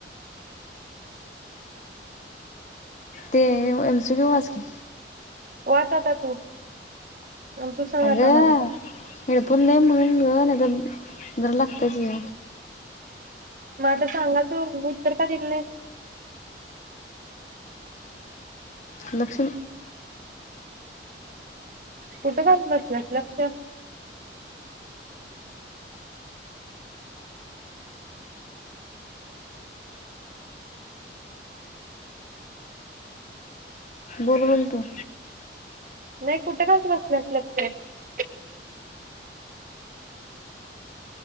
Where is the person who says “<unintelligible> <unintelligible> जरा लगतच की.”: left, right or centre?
Left